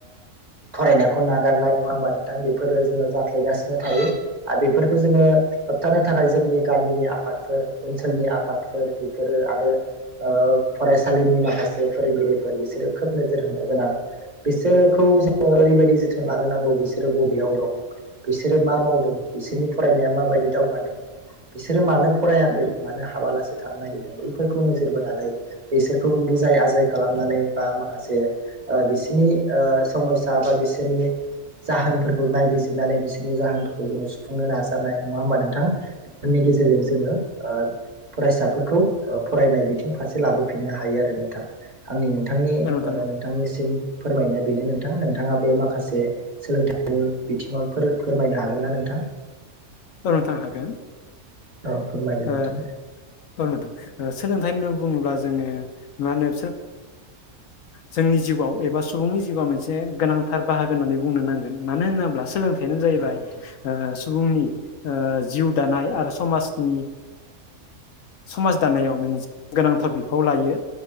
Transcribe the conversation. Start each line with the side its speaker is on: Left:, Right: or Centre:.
Right: फरायनायखौ नागारनाय नङा होमबा नोंथां बेफोरो जोङो जाफ्लेगासिनो थायो आरो बेफोरखौ जोङो होबथानो थाखाय जोंनि गामिनि आफादफोर ओनसोलनि आफाद बेफोरो आरो फरायसालिनि माखासे फोरोंगिरिफोर बिसोरो खोब नोजोर होनाय गोनां बिसोरखौ जोङो ओरैबायदि जोथोन लानो नांगौ बिसोरो बबेयाव दं बिसोरो मा मावदों बिसोरनि फरायनाया माबायदि दावगादों बिसोरो मानो फरायाखै मानो हाबालासि थानो नागिरदों बैफोरखौ नोजोर बोनानै बेसोरखौ बुजाय आजाय खालामनानै बा माखासे बिसोरनि समयसा बा बिसोरनि जाहोनफोरखौ नायबिजिरनानै बिसोरनि जाहोनफोरखौ जोङो सुफुंनो नाजानाय नङा होमबा नोंथां नि गेजेरजों जोङो फरायसाफोरखौ फरायनाय बिथिं फारसे लाबोफिननो हायो आरो नोंथां आंनि नोंथांनि
Left: औ नोंथां
Right: नोंथांनिसिम फोरमायनाया बेनो नोंथां नोंथाङाबो माखासे सोलोंथ नि बिथिङाव फोरमायनो हागोन ना नोंथां?
Left: फोरनोथां हागोन <unintelligible>
Right: औ फोरमायदो
Left: आ
Right: नोंथां
Left: <unintelligible> सोलोंथाइ होननानै बुङोब्ला जोङो मा होनो जोंनि जिउआव एबा सुबुंनि जिउआव मोनसे गोनांथार बाहागोन होन्नानै बुंनो नांगोन मानो होनोब्ला सोलोंथाइ बेखानो जाहैबाय
Right: औ नोंथां
Left: सुबुंनि जिउ दानाय आरो समाजनि समाज दानायाव मोनसे गोनांथार बिफाव लायो